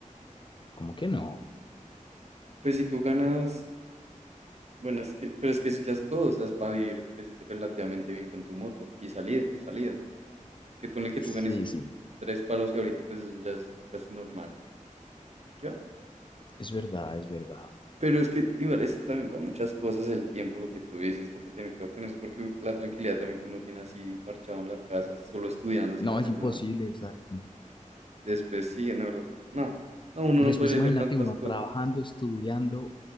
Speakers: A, on the left; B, on the right.
A: ¿cómo que no?
B: Pues si tú ganas Bueno, es que, pero es que eso ya es todo, o sea, es para vivir pues, relativamente bien con tu moto y salir con salidas. Que pone que
A: Sí,
B: tú ganes tus
A: sí,
B: tres palos que ahorita pues eso ya es casi normal, ¿ya?
A: es verdad, es verdad.
B: Pero es que igual eso también va a muchas cosas, el tiempo, lo que tú dices, toca tener cuidado con eso porque la tranquilidad también que uno tiene así parchado en la casa, solo estudiando
A: No,
B: sin hacer
A: es imposible,
B: nada.
A: exacto.
B: Después sí, no, no, no, no, uno
A: Después
B: no podría
A: imagínate
B: hacer tantas
A: uno
B: cosas.
A: trabajando, estudiando,